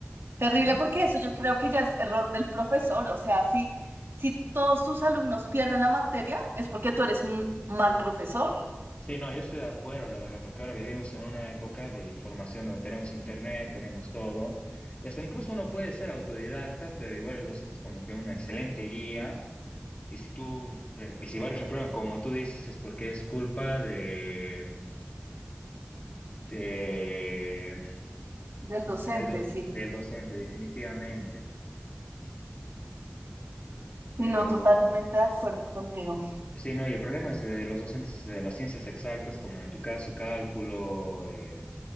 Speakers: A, on the right; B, on the left.
A: Terrible
B: ¿No enti-
A: porque eso yo creo que ya es error del profesor. O sea, si, si todos tus alumnos pierden la materia, es porque tú eres un mal profesor.
B: Sí, no, yo estoy de acuerdo, la verdad, porque ahora vivimos en una época de información donde tenemos internet, tenemos todo, y hasta incluso uno puede ser autodidacta, pero igual el docente es como que una excelente guía Y si tú, re- y si varios reprueban, como tú dices, es porque es culpa de, de,
A: Del docente,
B: del, do-
A: sí.
B: del docente, definitivamente.
A: Sí,
B: Pero,
A: no, totalmente de acuerdo contigo.
B: sí, no, y el problema es de los docentes es de las ciencias exactas, como en tu caso, cálculo, eh,